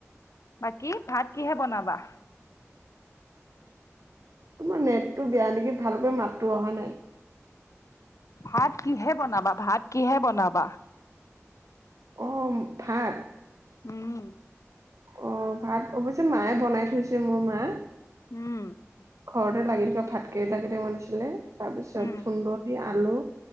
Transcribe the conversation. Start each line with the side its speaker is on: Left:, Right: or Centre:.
Left: বাকী ভাত কিহে বনাবা?
Right: তোমাৰ নেটটো বেয়া নেকি ভালকৈ মাতটো অহা নাই।
Left: ভাত কিহে বনাবা ভাত কিহে বনাবা।
Right: অ' ভাত
Left: উম।
Right: অঁ ভাত অৱশ্যে মায়ে বনাই থৈছে মোৰ মা,
Left: উম
Right: ঘৰতে লাগি থকা ভাতকেৰেলা কেইটা বনাইছিলে। তাৰপিছত
Left: উম
Right: থুন্দনি, আলু